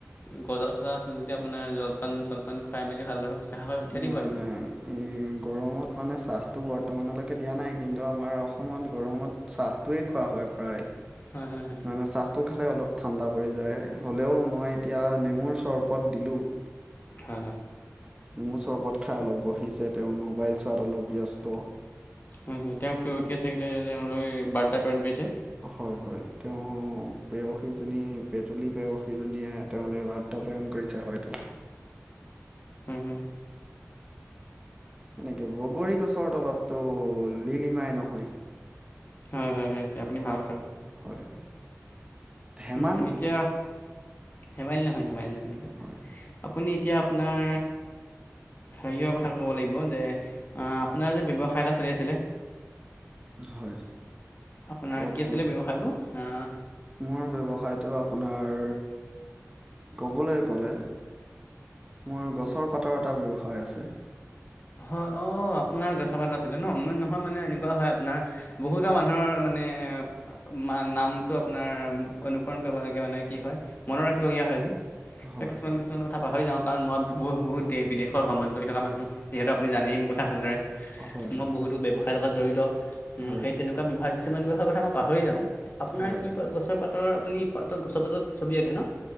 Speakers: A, on the left (about 40°); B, on the right (about 20°).
A: গজা চজা আছে যদি আপোনাৰ জলপান জলপান খুৱাই মেলি ভালদৰে শুশ্ৰূষা কৰি পঠিয়াই
B: নাই
A: দিব আৰু
B: নাই এই গৰমত মানে চাহটো বৰ্তমানলৈকে দিয়া নাই কিন্তু আমাৰ অসমত গৰমত চাহটোৱেই খোৱা হয় প্ৰায়
A: হয় হয় হয়
B: মানে চাহটো খালে অলপ ঠাণ্ডা পৰি যায় হ'লেও মই এতিয়া নেমুৰ চৰবত দিলোঁ
A: হ
B: নেমু চৰবত খাই অলপ বহিছে তেওঁৰ মোবাইল চোৱাত অলপ ব্যস্ত
A: হয় হয় তেওঁ প্ৰকিয় থাকিলে তেওঁলোকে বাৰ্তা প্ৰেৰণ কৰিৈছে
B: হয় হয় তেওঁ পয়সীজনী পেতলী পেয়সীজনীয়ে তেওঁ বাৰ ন কৰিছা হয়তো
A: হম হুম
B: এেনেকে বগৰী গছৰ তলতটো লিলিমাই নহয়
A: হয় হয় হয় আপুনি ভাল
B: হয় হয় ধেমালি
A: উম এতিয়া
B: নেকি
A: ধেমালি নহয় ধেমালি নহয় ধেমালি নহয়
B: হয়
A: আপুনি এতিয়া আপোনাৰ হেৰি হৰ কথা ক'ব লাগিব যে আপোনাৰ যে ব্যৱসায় এটা চলি আছিলে।
B: হয়।
A: আপোনাৰ
B: কওকচোন
A: কি আছিলে ব্যৱসায়টো অ'।
B: মোৰ ব্যৱসায়টো আপোনাৰ ক'বলৈ গ'লে। মোৰ গছৰ পাতৰ এটা ব্যৱসায় আছে।
A: হয় অ' আপোনাৰ গাছৰ পাতৰ আছিলে ন' নহয় মানে এনেকুৱা হয় আপোনাৰ বহুতো মানুহৰ মানে মা-নামটো আপোনাৰ অনুকৰণ কৰিব কি হয় মনত ৰাখিব লগীয়া হয় যে।
B: হয়
A: বা কিছুমান
B: হয়
A: কিছুমান কথা পাহৰি যাওঁ কাৰণ মই বহু বহুত দেশ বিদেশৰ ভ্ৰমণ কৰি থকা মানুহ। যিহেতু আপুনি জানেই মোৰ কথা ভালদৰে,
B: হয় হয়
A: মই বহুতো ব্যৱসায়ৰ লগত জড়িত উম,
B: হয়
A: সেই তেনেকুৱা ব্যৱসায় কিছুমান ব্যৱসায়ৰ কথা মই পাহৰি যাওঁ, আপোনাৰ
B: হয়
A: কি গছৰ পাতৰ আপুনি পাতত গছৰ পাতত ছবি আঁকে ন'।